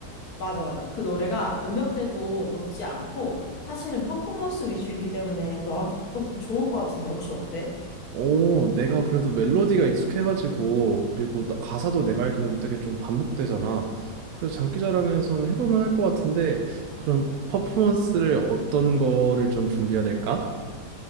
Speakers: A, on the left; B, on the right.
A: 맞아, 맞아. 그 노래가 음역대도 높지 않고 사실은 퍼포먼스 위주이기 때문에 너한테 또 좋을 것 같은데 혹시 어때?
B: 오, 내가 그래도 멜로디가 익숙해가지고, 그리고 나- 가사도 내가 알기로는 되게 좀 반복되잖아. 그래서 장기자랑에서는 해볼만 할 것 같은데, 그럼 퍼포먼스를 어떤 거를 좀 준비해야 될까?